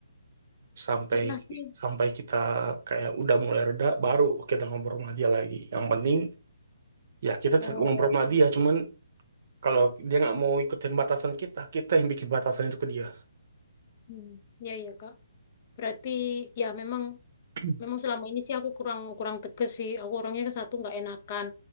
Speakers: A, on the right; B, on the left.
A: sampai
B: pernah sih.
A: sampai kita kayak udah mulai reda baru kita ngobrol sama dia lagi yang penting ya kita
B: Oh,
A: tetap ngobrol sama
B: oke.
A: dia cuman kalau dia nggak mau ikutin batasan kita kita yang bikin batasan itu ke dia
B: Hmm, ya, ya, Kak. Berarti, ya memang,
A: <clears throat>
B: memang selama ini sih aku kurang kurang tegas sih. Aku orangnya satu nggak enakan.